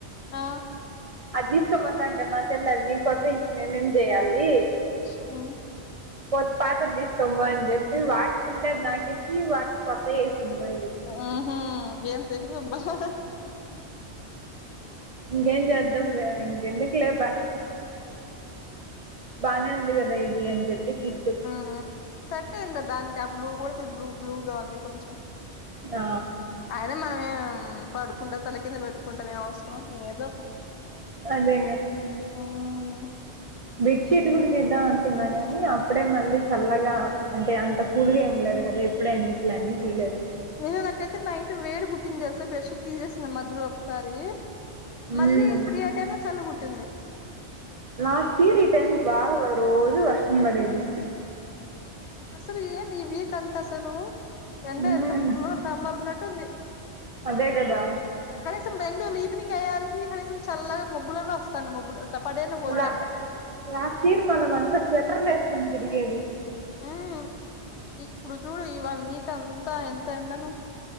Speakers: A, on the left; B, on the right.
A: ఆ
B: అది తీసుకోపోతా అంటే మా చెల్లల్ని కొత్తవి ఇచ్చి మేమేమి చేయాలి
A: హ్మ్
B: కొత్త పాతది తీసుకోనిపో చెప్పి వాటుకుండే నాకేచ్చి వాటి కొత్త వేసింది మళ్ళీ
A: హ్మ్ హు ఏం తెలీవబ్బా హ హ
B: ఇంకేం చేద్దాం లే ఇంకేందుకులేబ్బా బానే ఉంది కదా ఇది అని చెప్పి తీసుకొచ్చా
A: మ్ సెట్ అయిందా దానికి ఆ బ్లూ కూడా బ్లూ బ్లూగా ఉంది కొంచెం
B: ఆ
A: అయినా మనం ఏం పడుకుంటే తల కింద పెట్టుకుంటా కుంటామా అవసరమా ఏదో ఒకటి
B: అదే
A: హ్మ్
B: బెడ్ షీట్ కూడా తీద్దాం అనుకున్నా గానీ అప్పుడే మళ్ళీ చల్లగా అంటే అంత కూల్ గా ఏం ఉండదు కదా ఇప్పుడే ఎందుకులే అని తీలేదు
A: నేను నాకైతే నైట్ వేడి పుట్టింది తెలుసా బెడ్ షీట్ తీసేసిన మధ్యలో ఒకసారి
B: మ్మ్.
A: మళ్ళీ త్రీ ఆ టైమ్ లో చలి పుట్టింది
B: లాస్ట్ ఇయర్ ఈ టైం కి బాగా రోజు వర్షం పడేది
A: అసలు ఏమి ఈ వీక్ అంత అసలు ఎండ
B: మ్మ్.
A: ఎంత ఫుల్ గా సమ్మర్ ఉన్నట్టుంది
B: అదే కదా
A: కనీసం బెంగళూరులో ఈవినింగ్ అయ్యాలికీ కనీసం చల్లగా మబ్బులన్నా వస్తాండా మబ్బులు ఇట్ల పడన్నా పోతండే
B: లా లాస్ట్ ఇయర్ మనం అంతా స్వెటర్లు వేసుకొని తిరిగేది
A: హ్మ్ ఇప్పుడు చూడు ఈ వన్ వీక్ అంతా ఎంత ఎండనో